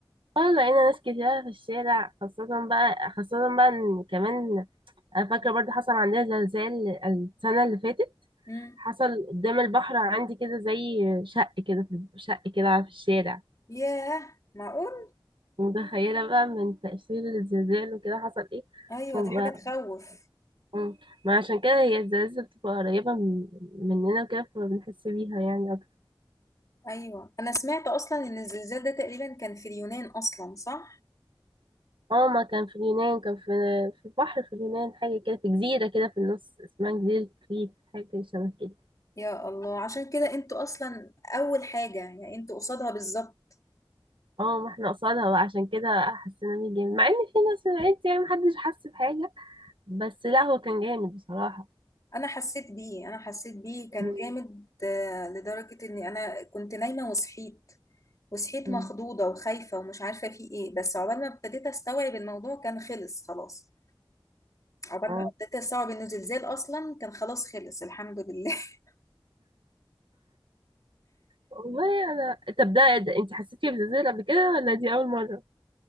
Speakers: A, on the right (about 70°); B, on the left (about 40°).
A: اه لقينا ناس كتيرة في الشارع خاصة بقى خاصة بقى ان كمان انا فاكرة برضه حصل عندنا زلزال السنة اللي فاتت
B: امم
A: حصل قدام البحر عندي كده زي شق كده في شق كده في الشارع
B: ياه معقول
A: متخيلة بقى من تأثير الزلزال وكده حصل ايه
B: ايوه
A: فبقى-
B: دي حاجة تخوف
A: مم. ما عشان كده هي الزلازل بتبقى قريبة من- مننا وكده فبنحس بيها يعني أكتر
B: ايوه انا سمعت اصلا ان الزلزال ده تقريبا كان في اليونان اصلا صح
A: اه ما كان في اليونان كان في في بحر في اليونان حاجة كده في جزيرة كده في النص اسمها جزيرة كريت حاجة شبه كده
B: يا الله عشان كده انتوا اصلا اول حاجة يعني انتوا قصادها بالظبط
A: اه ما احنا قصادها بقى عشان كده حسينا بيه جامد مع ان في ناس من عيلتي يعني محدش حس بحاجة بس لا هو كان جامد بصراحة
B: انا حسيت بيه انا حسيت بيه كان
A: مم.
B: جامد آه، لدرجة اني انا كنت نايمة وصحيت وصحيت
A: مم.
B: مخضوضة وخايفة ومش عارفة في ايه بس عقبال ما ابتديت استوعب الموضوع كان خلص خلاص عقبال
A: اه
B: بقى ابتديت استوعب انه زلزال اصلا كان خلاص خلص الحمد لله <laughs>
A: والله انا طب ده, ده انت حسيتي بزلزال قبل كده ولا دي اول مرة